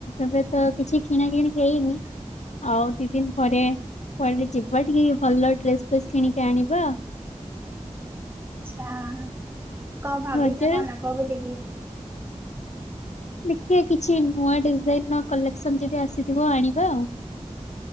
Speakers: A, on the left; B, on the right.
A: ଏବେ ତ କିଛି କିଣା କିିଣି ହେଇନି।
B: ନାଁ
A: ଆଉ ଦି ଦିନ୍ ପରେ କୁଆଡେ ଯିବା ଟିକେ ଭଲ ଡ୍ରେସ୍ ଫେସ୍ କିଣିକି ଆଣିବା।
B: <unintelligible> କଣ ଭାବିଚ
A: ରଜ
B: କଣ ନବ ବୋଲିକି?
A: ଦେଖିଆ କିଛି ନୂଆ ଡିଜାଇନ୍ ର କଲେକ୍ସନ ଯଦି ଆସିଥିବ ଆଣିବା ଆଉ।